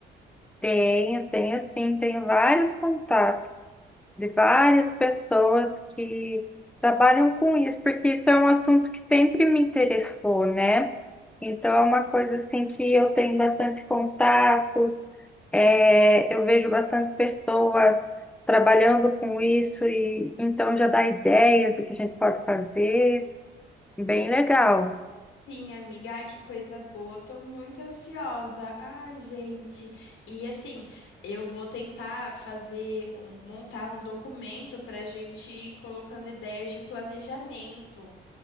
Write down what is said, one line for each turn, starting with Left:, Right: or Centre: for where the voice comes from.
Centre: Tenho, tenho sim, tenho vários contatos. de várias pessoas que trabalham com isso, porque isso é um assunto que sempre me interessou, né? Então é uma coisa assim que eu tenho bastante contatos, é, eu vejo bastante pessoas trabalhando com isso e então já dá ideias do que a gente pode fazer, bem legal.
Left: Sim, amiga, ai que coisa boa, tô muito ansiosa. Ai, gente. E assim, eu vou tentar fazer um, montar um documento pra gente ir colocando ideias de planejamento